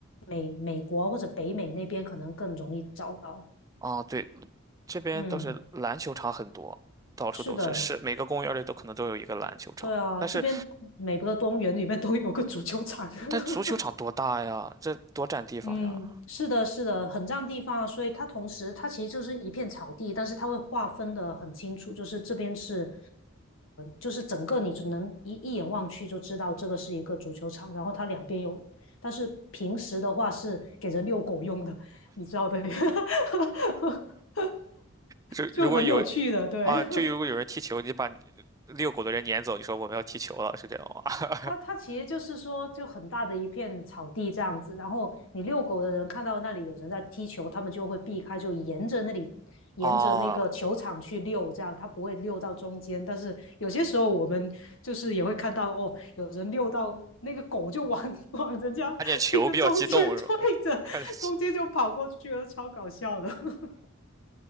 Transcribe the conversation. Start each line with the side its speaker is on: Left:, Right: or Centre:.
Left: 美美国或者北美那边可能更容易找到。
Right: 啊，对，这边倒是篮球场很多，
Left: 嗯，
Right: 到处都是，
Left: 是的，
Right: 是每个公园里都可能都有一个篮球场。
Left: 对啊，
Right: 但是，
Left: 这边每个公园里面都有个足球场。<laughs>
Right: 但足球场多大呀？这多占地方呀！
Left: 嗯，是的，是的，很占地方啊，所以它同时它其实就是一片草地，但是它会划分的很清楚，就是这边是，就是整个你只能一一眼望去就知道这个是一个足球场，然后它两边有，但是平时的话是给人遛狗用的，你知道的，<laughs>
Right: 如如果有
Left: 就很有趣的，对，
Right: 啊，就如果有人踢球，
Left: <laughs>
Right: 你把你遛狗的人撵走，你说我们要踢球了，是这样吗？
Left: 它它其实就是说，就很大的一片草地这样子，然后你遛狗的人看到那里有人在踢球，他们就会避开，就沿着那里，
Right: <laughs>
Left: 沿着那个球场去遛，
Right: 哦，
Left: 这样它不会遛到中间。但是有些时候我们就是也会看到，哦，有人遛到那个狗就往 <laughs> 往人家那个中间推着，
Right: 看见球比较激动是吧？<laughs> 看见
Left: 中间就跑过去了，超搞笑的。<laughs>